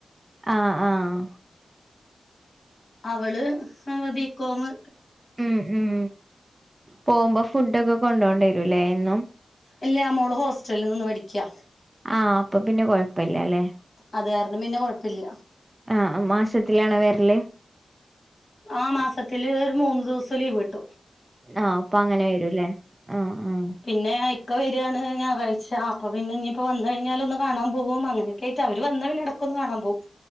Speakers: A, on the right; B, on the left.
A: ആഹ് ആഹ്
B: അവള് ബികോംമ്
A: ഉം ഉം പോകുമ്പോ ഫുഡൊക്കെ കൊണ്ട പോണ്ടി വരൂല്ലേ എന്നും
B: ഇല്ല മോള് ഹോസ്റ്റലിൽ നിന്ന് പഠിക്കുവ
A: ആഹ് അപ്പൊ പിന്നെ കുഴപ്പില്ല അല്ലേ
B: അത് കാരണം പിന്നെ കുഴപ്പമില്ല
A: ആഹ് മാസത്തിലണോ വരല്
B: ആഹ് മാസത്തില് ഒരു മൂന്ന് ദിവസം ലീവ് കിട്ടും
A: ആഹ് അപ്പൊ അങ്ങനെ വരൂല്ലേ ആഹ് ആഹ്
B: പിന്നെ ഇക്ക വര്കാണ് ഞായറാഴ്ച അപ്പൊ പിന്നെ ഇനിയിപ്പോ വന്നു കഴിഞ്ഞാലൊന്ന് കാണാൻ പോും അങ്ങനെ കേട്ടാ അവര് വന്ന പിന്നെടക്കൊന്ന് കാണാൻ പോവും